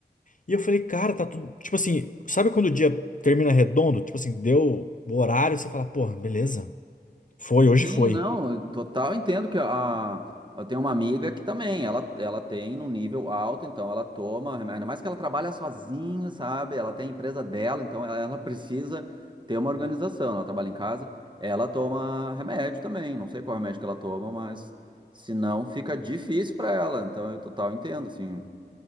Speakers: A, on the left; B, on the right.
A: E eu falei, cara, tá tudo. Tipo assim, sabe quando o dia termina redondo? Tipo assim, deu o horário, você fala, porra, beleza. Foi, hoje
B: sim,
A: foi.
B: não, eu total entendo que a, eu tenho uma amiga que também, ela, ela tem num nível alto, então ela toma, remédio, ainda mais que ela trabalha sozinha, sabe? Ela tem a empresa dela, então ela, ela precisa ter uma organização, ela trabalha em casa, ela toma remédio também, não sei qual remédio que ela toma, mas se não fica difícil para ela, então eu total entendo, assim.